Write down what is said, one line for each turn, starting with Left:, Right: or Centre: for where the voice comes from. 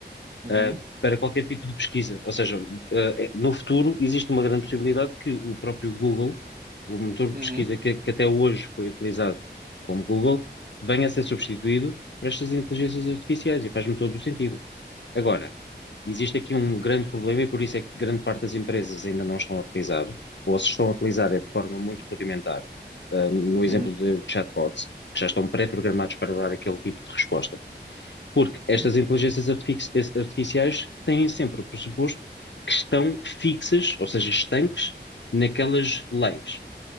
Right: uhum,
Left: ah, para qualquer tipo de pesquisa. Ou seja, ah, é- no futuro existe uma grande possibilidade que o próprio Google, o motor
Right: uhum,
Left: de pesquisa que, que até hoje foi utilizado como Google, venha a ser substituído por estas inteligências artificiais e faz-me todo o sentido. Agora, existe aqui um grande problema e por isso é que grande parte das empresas ainda não estão a utilizar, ou se estão a utilizar é de forma muito rudimentar. Ah, no
Right: uhum,
Left: exemplo de chatbots, que já estão pré-programados para dar aquele tipo de resposta. Porque estas
Right: uhum.
Left: inteligências artifici- artificiais têm sempre o pressuposto que estão fixas, ou seja, estanques, naquelas leis.